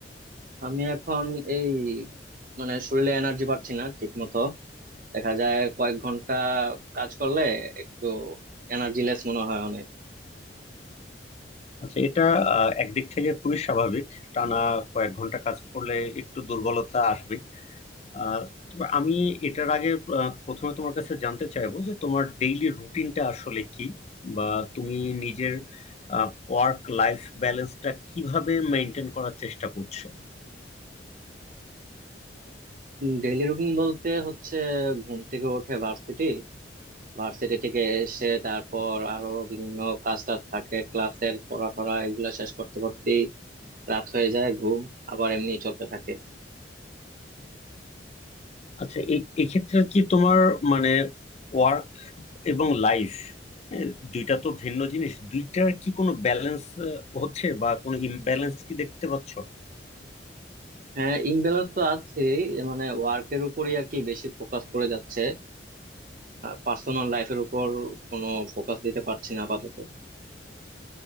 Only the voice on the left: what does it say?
আচ্ছা এটা আহ, একদিক থেকে খুবই স্বাভাবিক টানা কয়েক ঘন্টা কাজ করলে একটু দুর্বলতা আসবেই আহ, তবে আমি এটার আগে আহ, প্রথমে তোমার কাছে জানতে চাইবো যে তোমার ডেইলি রুটিনটা আসলে কি বা তুমি নিজের ওয়ার্ক লাইফ ব্যালেন্সটা কিভাবে মেনটেন করার চেষ্টা করছো
আচ্ছা এই এক্ষেত্রে কি তোমার মানে ওয়ার্ক এবং লাইফ দুইটা তো ভিন্ন জিনিস দুইটার কি কোনো ব্যালেন্স হচ্ছে বা কোনো ইমব্যালেন্স কি দেখতে পাচ্ছ